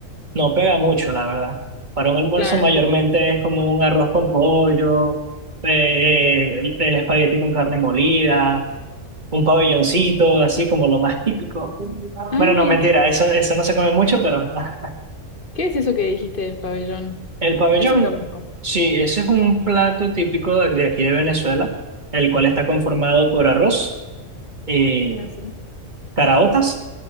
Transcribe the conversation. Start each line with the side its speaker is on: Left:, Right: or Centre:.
Right: No pega mucho, la verdad. Para un almuerzo
Left: Claro,
Right: mayormente
Left: es como.
Right: es como un arroz con pollo, eh, eh, el, el espagueti con carne molida, un pabelloncito, así como lo más típico.
Left: Ah,
Right: Bueno, no,
Left: ¿y
Right: mentira,
Left: qué?
Right: eso, eso no se come mucho, pero <laughs>
Left: ¿Qué es eso que dijiste, pabellón?
Right: el pabellón,
Left: Eso no lo conozco.
Right: sí, ese es un plato típico de de aquí de Venezuela, el cual está conformado por arroz, eh,
Left: Ah, sí.
Right: caraotas,